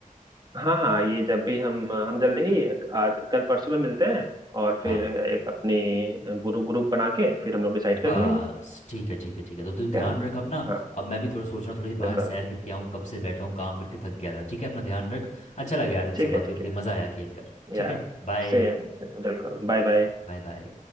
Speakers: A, on the right; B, on the left.
A: हाँ हाँ ये जब भी हम हम जल्दी ही आज कल परसों में मिलते हैं और फिर
B: हाँ
A: एक अपनी ग्रुप ग्रुप बना के फिर हम लोग डिसाइड कर
B: बस
A: लेंगे
B: ठीक है ठीक है ठीक है तो तू
A: ठीक
B: ध्यान
A: है
B: रख अपना
A: हाँ
B: अब मैं भी थोड़ा सोच रहा हूँ थोड़ी
A: बिल्कुल
B: बाहर सैर करके आऊँ कब से बैठा हूँ काम करके थक गया था ठीक है अपना ध्यान रख अच्छा लगा यार तुझसे
A: ठीक है
B: बात करके
A: ठीक है
B: मज़ा आया खेल कर ठीक
A: या
B: है बाय
A: सेम बिल्कुल बाय बाय
B: बाय बाय